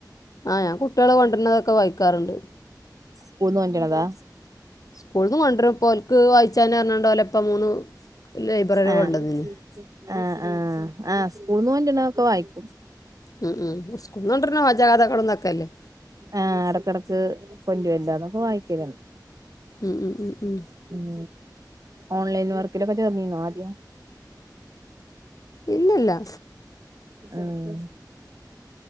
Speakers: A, on the left (about 50°); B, on the right (about 50°).
A: ആഹ് ഞാൻ കുട്ടികള് കൊണ്ട് വരുന്നതൊക്കെ വായിക്കാറുണ്ട്.
B: സ്കൂള്ന്ന് കൊണ്ടര്ണതാ
A: സ്കൂള് നിന്ന് കൊണ്ടരും അപ്പം ഓല്ക്ക് വായിച്ചാനപറ്ഞ്ഞാണ്ട് ഓലപ്പ മൂന്ന് ലൈബ്രറി
B: ആഹ്
A: കൊണ്ടന്നീനി
B: ആഹ് ആഹ് ആ സ്കൂള്ന്ന് കൊണ്ട് വരുന്നതൊക്കെ വായിക്കും.
A: ഉം ഉം സ്‌കൂള്ന്ന് കൊണ്ട് വര്ണ ഹോജ കഥകളു തെ ക്കല്ലെ
B: ആഹ് ഇടക്കിടക്ക് കൊണ്ട് വരുണ്ട് അതൊക്കെ വായിക്കലാണ്
A: ഉം ഉം ഉം
B: ഉം ഓൺലൈൻ വർക്കിലൊക്കെ ചേർന്നീന്നോ ആദ്യം
A: ഇല്ലില്ല
B: ആഹ്